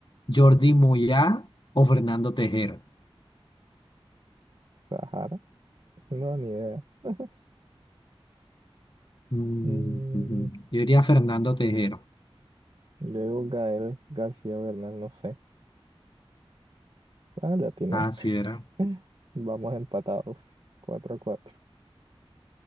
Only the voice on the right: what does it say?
Sahara, no, ni idea. <laughs>
Mm,
yo Gael García Bernal, no sé. Ah, le atiné.
<laughs> Vamos empatados, cuatro a cuatro